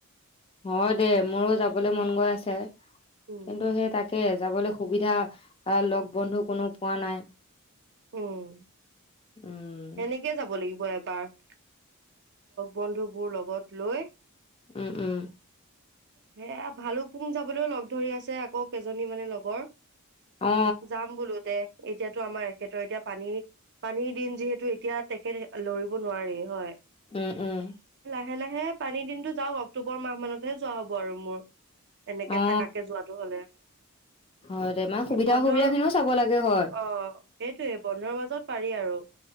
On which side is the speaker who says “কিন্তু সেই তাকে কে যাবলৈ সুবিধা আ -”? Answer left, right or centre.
Left